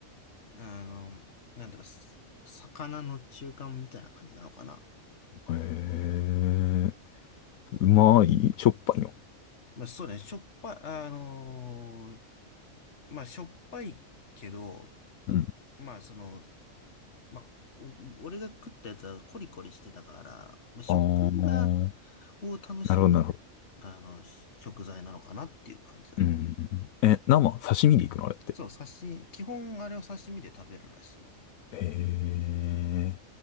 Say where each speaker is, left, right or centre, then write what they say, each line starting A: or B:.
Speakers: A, on the left (about 55°); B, on the left (about 80°).
A: あの、なんだろう、す魚の中間みたいな感じなのかな。
B: へえ。うまいしょっぱいの
A: まあ、そうね、しょっぱい、あのーまあ、しょっぱいけど、
B: うん。
A: まあ、その、まあ、お俺が食ったやつはコリコリしてたから、まあ、食感が、
B: ああ、
A: を楽しみ、
B: なるほど、なるほど。
A: あの、食材なのかなっていう感じだね。
B: うん。え、生、刺身でいくのあれって。
A: そう、刺身、基本あれは刺身で食べるらしい。
B: へえ、